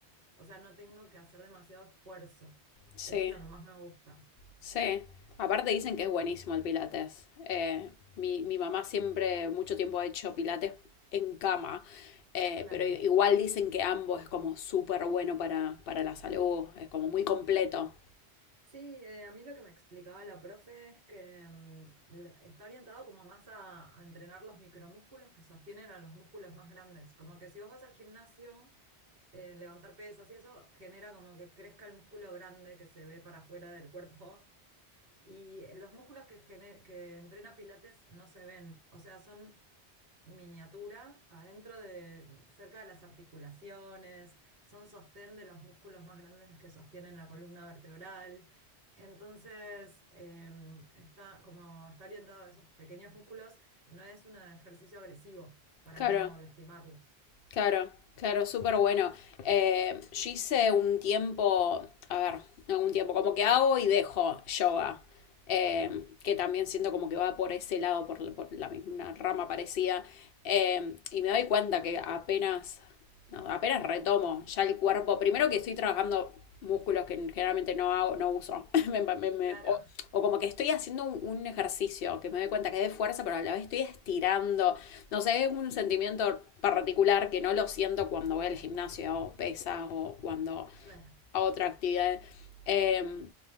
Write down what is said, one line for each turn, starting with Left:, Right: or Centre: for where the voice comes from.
Right: o sea, no tengo que hacer demasiado esfuerzo.
Left: Sí.
Right: Eso es lo que más me gusta.
Left: Sí, aparte dicen que es buenísimo el pilates. Eh, mi, mi mamá siempre, mucho tiempo ha hecho pilates en cama, eh,
Right: Claro.
Left: pero i- igual dicen que ambos es como súper bueno para, para la salud, es como muy completo.
Right: Sí, eh, a mí lo que me explicaba la profe es que mm, lo- está orientado como más a, a entrenar los micromúsculos que sostienen a los músculos más grandes. Como que si vos vas al gimnasio eh, levantar pesas y eso genera como que crezca el músculo grande que se ve para afuera del cuerpo. Y los músculos que, gener- que entrena Pilates no se ven, o sea, son miniatura adentro de, cerca de las articulaciones, son sostén de los músculos más grandes que sostienen la columna vertebral. Entonces, em, está, como está orientado a esos pequeños músculos, no es un ejercicio agresivo para
Left: Claro.
Right: no lastimarlos.
Left: Claro, claro, súper bueno. Eh, yo hice un tiempo, a ver, no un tiempo, como que hago y dejo yoga, eh,
Right: Ajá,
Left: que también siento como que va por ese lado, por, la- por la misma una rama parecida, eh, y me doy cuenta que apenas, no, apenas retomo ya el cuerpo, primero que estoy trabajando músculos que generalmente no hago, no uso, <laughs> Me- me- me-
Right: claro,
Left: o, o como que estoy haciendo un, un ejercicio, que me doy cuenta que es de fuerza, pero a la vez estoy estirando, no sé, es un sentimiento particular que no lo siento cuando voy al gimnasio o pesas o cuando
Right: <laughs> claro.
Left: hago otra actividad. Eh,